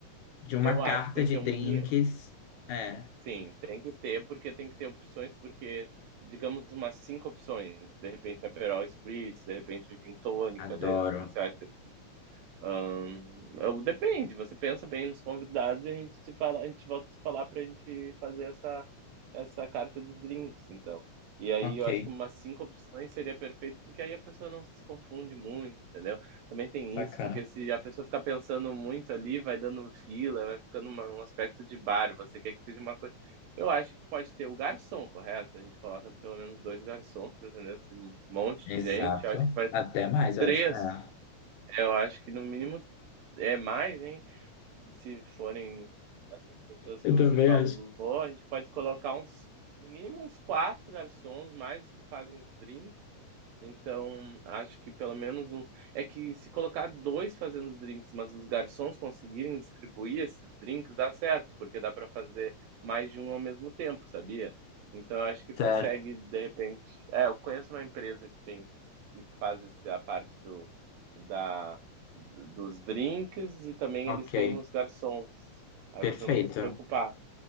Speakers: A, on the left (about 80°); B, on the right (about 75°).
A: De uma
B: Eu
A: carta
B: acho que tem
A: de
B: que ter
A: drinks.
B: um mini
A: É,
B: Sim, tem que ter, porque tem que ter opções, porque, digamos, umas 5 opções. De repente, um Aperol Spritz, de repente, um gin tônica,
A: adoro.
B: de, o que você acha? Hã, ou depende, você pensa bem nos convidados e a gente se fala a gente volta a se falar pra gente fazer essa essa carta de drinks, então. E aí
A: Ok,
B: eu acho que umas 5 opções seria perfeito, porque aí a pessoa não se confunde muito, entendeu. Também tem
A: bacana.
B: isso, porque se a pessoa ficar pensando muito ali, vai dando fila, vai ficando uma um aspecto de bar, você quer que seja uma coisa eu acho que pode ter o garçom, correto? A gente coloca pelo menos 2 garçons para atender esse monte
A: Exato.
B: de gente, eu acho que vai
A: Até mais, eu
B: três
A: acho. É.
B: eu acho que no mínimo é mais, hein. Se forem essas pessoas
A: Eu
B: que você
A: também
B: falou,
A: acho.
B: a gente pode colocar uns no mínimo uns 4 garçons, mais os que fazem os drinks, então acho que pelo menos um é que se colocar 2 fazendo os drinks, mas os garçons conseguirem distribuir esses drinks, dá certo, porque dá para fazer mais de um ao mesmo tempo, sabia. Então eu acho que consegue,
A: Certo.
B: de repente é, eu conheço uma empresa que tem que faz esse a parte do da dos drinks e também
A: Ok,
B: eles têm os garçons. Aí
A: perfeito.
B: você não tem que se preocupar.